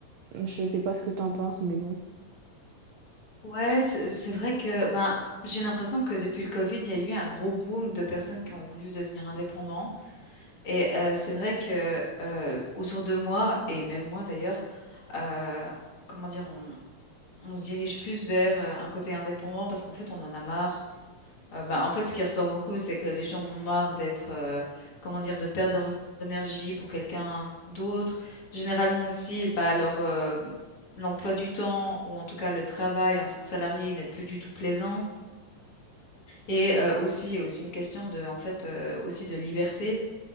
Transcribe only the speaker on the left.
Ouais, c'est c'est vrai que, ben, j'ai l'impression que depuis le covid, il y a eu un gros boom de personnes qui ont voulu devenir indépendants et heu, c'est vrai que, heu, autour de moi et même moi d'ailleurs, heu, comment dire? On On se dirige plus vers, heu, un côté indépendant parce qu'en fait, on en a marre. Heu, bah, en fait, ce qui ressort beaucoup, c'est que les gens ont marre d'être, heu, comment dire? De perdre leur énergie pour quelqu'un d'autre. Généralement aussi, bah, leur, hem, l'emploi du temps ou en tout cas le travail en tant que salarié n'est plus du tout plaisant et heu, aussi il y a aussi une question de en fait, heu, aussi de liberté,